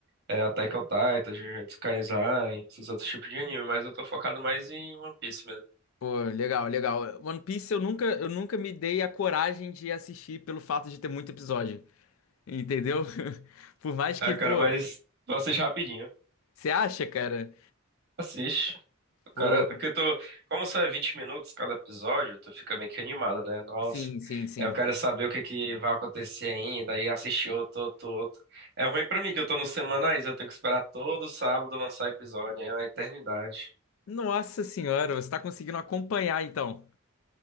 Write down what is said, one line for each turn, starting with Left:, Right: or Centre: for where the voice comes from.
Right: é, Attack on Titan, Jujutsu Kaisen, esses outros tipos de anime, mas eu tô focado mais em One Piece mesmo.
Left: Pô, legal, legal. One Piece eu nunca, eu nunca me dei a coragem de assistir pelo fato de ter muito episódio, entendeu? <laughs> Por mais
Right: Ah,
Left: que,
Right: cara,
Left: pô,
Right: mas tu assiste rapidinho.
Left: você acha, cara?
Right: Assiste.
Left: Pô,
Right: Cara, porque tu, como só é 20 minutos cada episódio, tu fica meio que animado, né? Nossa,
Left: sim, sim, sim.
Right: é, eu quero saber o que que vai acontecer ainda, aí assistir outro, outro, outro. É ruim pra mim que eu tô nos semanais, eu tenho que esperar todo sábado lançar episódio, é uma eternidade.
Left: Nossa senhora, você tá conseguindo acompanhar então.